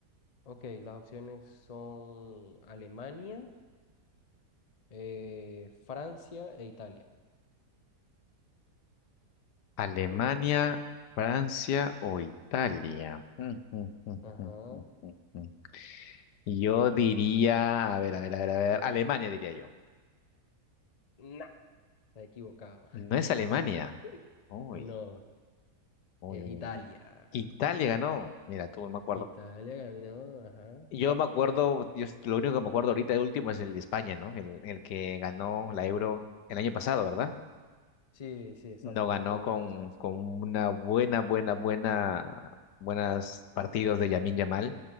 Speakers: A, on the left (about 40°); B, on the left (about 80°).
A: Ok, las opciones son Alemania, eh, Francia e Italia.
B: Alemania, Francia o Italia. <laughs> Mm, mm, mm,
A: Ajá.
B: mm, mm, mm, mm. Yo diría, a ver, a ver, a ver, a ver, Alemania diría yo.
A: No, está equivocado.
B: No es Alemania.
A: <laughs>
B: Uy,
A: No,
B: uy,
A: es
B: uy,
A: Italia.
B: uy. Italia ganó. Mira, tú no me acuerdo.
A: Italia ganó, ajá.
B: Yo me acuerdo, yo, s- lo único que me acuerdo ahorita de último es el de España, ¿no? El, el que ganó la Euro el año pasado, ¿verdad?
A: Sí, sí, exacto,
B: No ganó
A: eso fue el
B: con,
A: año pasado.
B: con una buena, buena, buena, buenas partidos de Yamin Yamal,